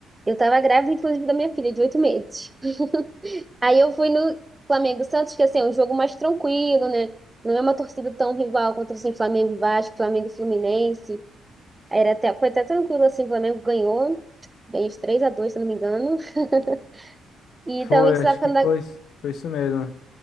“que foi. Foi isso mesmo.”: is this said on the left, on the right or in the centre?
Left